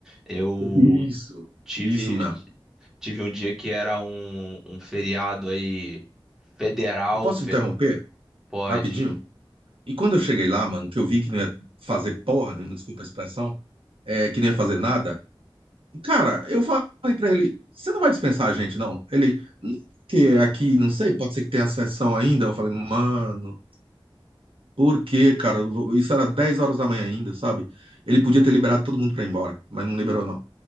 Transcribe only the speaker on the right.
Isso,
isso mesmo.
Eu posso
interromper
rapidinho? E quando eu cheguei lá, mano, que eu vi que não ia fazer porra, né? Desculpa a expressão, é, que não ia fazer nada. Cara, eu falei para ele: você não vai dispensar a gente, não? Ele, que aqui, não sei, pode ser que tenha sessão ainda. Eu falei, mano. Por quê, cara? Isso era 10 horas da manhã ainda, sabe? Ele podia ter liberado todo mundo pra ir embora, mas não liberou, não.